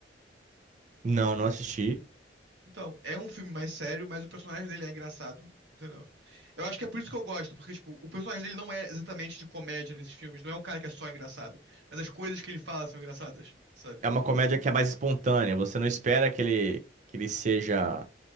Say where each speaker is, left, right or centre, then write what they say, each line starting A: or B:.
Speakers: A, on the right; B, on the right.
A: Não, não assisti.
B: Então, é um filme mais sério, mas o personagem dele é engraçado. entendeu? Eu acho que é por isso que eu gosto, porque, tipo, o personagem dele não é exatamente de comédia nesses filmes, não é um cara que é só engraçado, mas as coisas que ele fala são engraçadas, sabe?
A: É uma comédia que é mais espontânea. Você não espera que ele, que ele seja